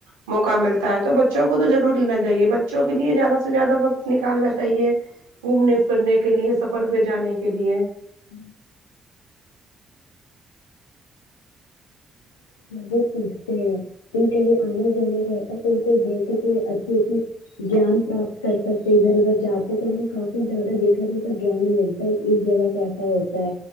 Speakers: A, on the right (about 75°); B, on the left (about 80°).
A: موقع ملتا ہے تو بچوں کو تو ضرور لینا چاہیے بچوں کے لیے زیادہ سے زیادہ وقت نکالنا چاہیے گھومنے پھرنے کے لیے سفر پہ جانے کے لیے
B: <inaudible> سھکتے ہیں ان کہیں آنا جانا رہتا ہے تو ان کو دیکھ کے اچھی اچھی گیان پراپت کر سکتے ادھر ادھر جاتے تو ان کو کافی زیادہ دیکھا جاتا گیان مل اس جگہ کیسا ہوتا ہے